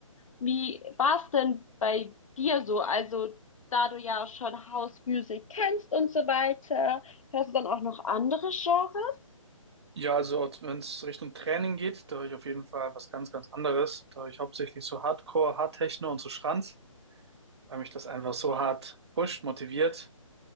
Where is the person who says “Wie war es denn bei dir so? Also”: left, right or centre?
Left